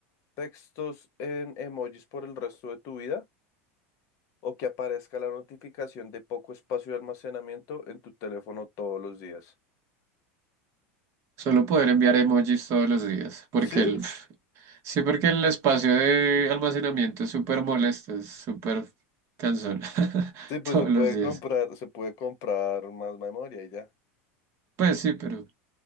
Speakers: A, on the left; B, on the right.
A: textos en emojis por el resto de tu vida o que aparezca la notificación de poco espacio de almacenamiento en tu teléfono todos los días.
B: Solo poder enviar emojis todos los días, porque
A: ¿Sí?
B: el, <laughs> sí, porque el espacio de almacenamiento es súper molesto, es súper cansón, <laughs>
A: Sí, pues
B: todos
A: se puede
B: los días.
A: comprar, se puede comprar más memoria y ya.
B: Pues sí, pero